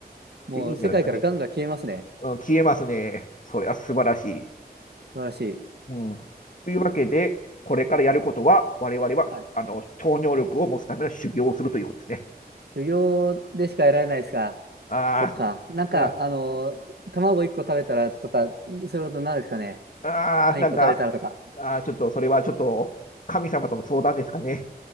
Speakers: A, on the right; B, on the left.
A: う。もう世界からガンが消えますね。
B: でいいんじゃないですかね。うん、消えますね。それは素晴らしい。
A: 素晴らしい。
B: うん。というわけで、これからやることは、我々は、
A: はい。
B: あの、超能力を持つための修行をするということですね。
A: 修行でしか得られないですか。
B: あ
A: そっか。なんか、
B: あ、
A: あの、卵1個食べたらとか、そういうことなんですかね。
B: ああ、
A: パン1個食べたらとか。
B: なんか、あちょっと、それはちょっと、神様との相談ですかね。